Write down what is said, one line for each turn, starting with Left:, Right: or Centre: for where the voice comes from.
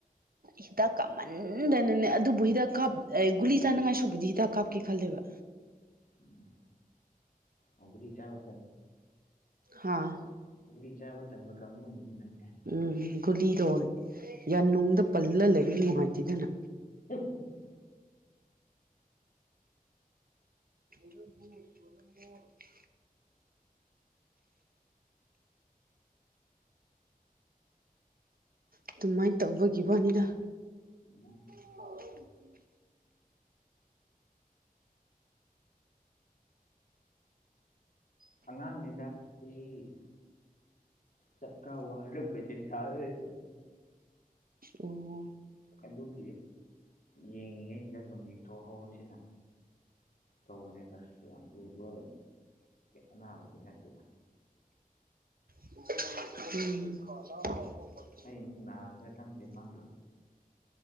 Right: ꯍꯤꯗꯥꯛ ꯀꯥꯞꯃꯟꯗꯥꯅꯅꯦ ꯑꯗꯨꯕꯨ ꯍꯤꯗꯥꯛ ꯀꯥꯞ ꯒꯨꯂꯤ ꯆꯥꯅꯉꯥꯏꯁꯨꯕꯨꯗꯤ ꯍꯤꯗꯥꯛ ꯀꯥꯞꯀꯦ ꯈꯜꯂꯦꯕ
Left: ꯎꯝ ꯑꯣꯒꯨꯂꯤ ꯆꯥꯕ
Right: ꯍꯥꯥ
Left: ꯒꯨꯔꯤ ꯆꯥꯕ ꯇꯟꯕ ꯀꯥꯡꯕꯨꯅꯤꯅ ꯅꯪꯖꯦ
Right: ꯎꯝ ꯒꯨꯂꯤꯗꯣ ꯌꯥꯅꯨꯡꯗꯥ ꯄꯜꯂ ꯂꯩꯕ ꯅꯨꯡꯉꯥꯏꯇꯦꯗꯅ
Left: <unintelligible>
Right: <unintelligible> ꯑꯗꯨꯃꯥꯏꯟ ꯇꯧꯕꯒꯤ ꯋꯥꯅꯤꯗꯥ
Left: <unintelligible>
Right: <unintelligible>
Left: ꯑꯉꯥꯡꯅꯤꯗꯥ ꯆꯍꯤ ꯆꯠ ꯍꯂꯗꯤ ꯊꯌꯥ
Right: ꯑꯣ ꯎꯝ
Left: ꯑꯗꯨꯒꯤ ꯌꯦꯡꯉꯤꯉꯩꯁꯤꯗ ꯑꯗꯨꯝ ꯌꯦꯡꯊꯣꯛꯍꯧꯁꯤꯅ ꯇꯧꯕꯅꯦꯕ ꯌꯥꯝ ꯂꯨꯕ ꯑꯅꯥꯕꯗꯤ ꯅꯠꯇꯦꯗ
Right: <unintelligible>
Left: ꯑꯩ ꯃꯟꯅ ꯍꯦ ꯇꯪꯗꯦ ꯃꯥ